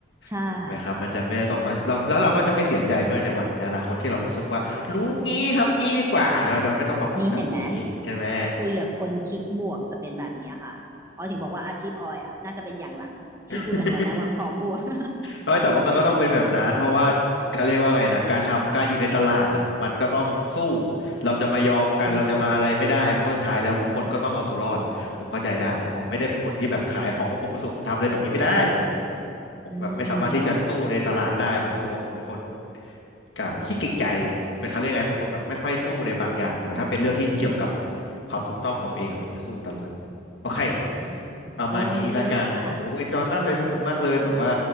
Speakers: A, on the right; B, on the left.
A: ใช่
B: ถูกไหมครับมันจะไม่ต้องมาเราแล้วเราก็จะไม่เสียใจด้วยในวันในอนาคตที่เรารู้สึกว่ารู้งี้ทำงี้ดีกว่าเราจะไม่ต้องมาพูดแบบนี้ใช่ไหม
A: ค่ะนี่เห็นไหมคุยกับคนคิดบวกจะเป็นแบบเนี้ยค่ะออยถึงบอกว่าอาชีพออยอะน่าจะเป็นอย่างหลังที่พูดกันตอนแรกว่าพร้อมบวก
B: อืม <laughs>
A: <laughs>
B: เอ้ยแต่ว่ามันก็ต้องเป็นแบบนั้นเพราะว่าเขาเรียกว่าไงนะการทำการอยู่ในตลาดอ่ะมันก็ต้องสู้เราจะมายอมกันเราจะมาอะไรไม่ได้เพราะว่าสุดท้ายแล้วทุกคนก็ต้องเอาตัวรอดผมเข้าใจได้ผมไม่ได้เป็นคนที่แบบขายของเพราะผมรู้สึกผมทำอะไรแบบนี้ไม่ได้
A: จริงค่ะอืม
B: ผมแบบไม่สามารถที่จะสู้ในตลาดได้ผมรู้สึกว่าผมเป็นคน
A: อืม
B: อ่าขี้เกรงใจเป็นเขาเรียกไงเป็นคนแบบไม่ค่อยสู้ในบางอย่างแต่ถ้าเป็นเรื่องที่เกี่ยวกับความถูกต้องกับตัวเองอะผมจะสู้ตลอดโอเค
A: อืม
B: ประมาณนี้ละกันโอ้เอนจอยมากเลยสนุกมากเลยแบบว่า
A: โอเคค่ะ